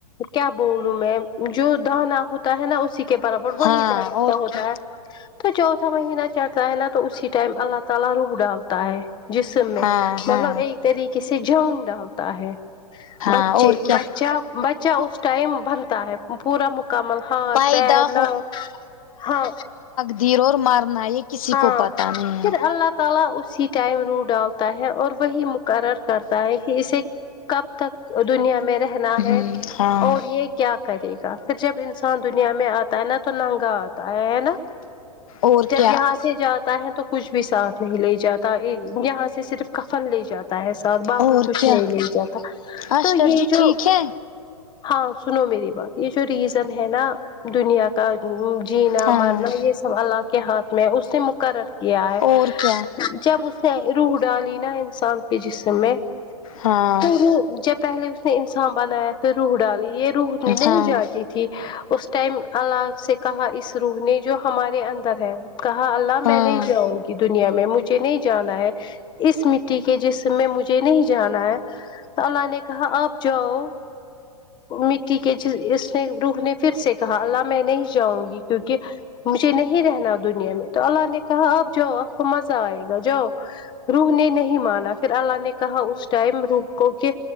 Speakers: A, on the left; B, on the left.
A: کیا بولوں میں جو دانا ہوتا ہے نا اسی کے برابر وہی
B: ہاں
A: دھڑکتا
B: اور
A: ہوتا
B: کیا
A: ہے تو چو تھا مہینہ چڑھتا ہے نا تو اسی ٹائم اللہ تعالی روح ڈالتا ہے جسم میں
B: ہاں
A: مطلب
B: ہاں
A: ایک طریقے سے جان ڈالتا ہے
B: ہاں
A: بچے
B: اور کیا
A: بچہ بچہ اس ٹائم بنتا ہے پورا م کمل ہاتھ
B: پیدا
A: پیر ناک ہاں
B: تیر اور مارنا یہ کسی
A: ہاں
B: کو پتا نہیں
A: پھر
B: ہے
A: اللہ تعالی اسی ٹائم روح ڈالتا ہے اور وہی مقرر کرتا ہے کہ اسے کب تک دنیا میں رہنا ہے
B: ہوں ہاں
A: اور یہ کیا کرے گا پھر جب انسان دنیا میں آتا ہے نا تو ننگا آتا ہے ہے نا
B: اور
A: جب
B: کیا
A: یہاں سے جاتا ہے تو کچھ بھی ساتھ نہیں لے جاتا یہاں سے صرف کفن لے جاتا ہے ساتھ باقی
B: اور
A: کچھ
B: کیا
A: نہیں لے جاتا
B: اشٹر
A: تو یہ
B: جی
A: جو
B: ٹھیک ہے
A: ہاں سنو میری بات یہ جو ریزن ہے نا دنیا کا ا جینا
B: ہاں
A: مرنا یہ سب اللہ کے ہاتھ میں اس نے مقرر کیا ہے
B: اور کیا
A: جب اس نے روح ڈالی نا انسان کے جسم میں
B: ہاں
A: تو جب پہلے اس نے انسان بنایا پھر روح ڈالی یہ روح نہیں
B: ہاں
A: جاتی ج اس ٹائم اللہ سے کہا اس روح نے جو ہمارے اندر ہے کہا اللہ
B: ہاں
A: میں نہیں جاؤں گی دنیا میں مجھے نہیں جانا ہے اس مٹی کے جسم میں مجھے نہیں جانا ہے تو اللہ نے کہا آپ جاؤ مٹی کے اس نے روح نے پھر سے کہا اللہ میں نہیں جاؤں گی کیونکہ مجھے نہیں رہنا دنیا میں تو اللہ نے کہا آپ جاؤ آپ کو مزہ آئے گا جاؤ روح نے نہیں مانا پھر اللہ نے کہا اس ٹائم روح کو کہ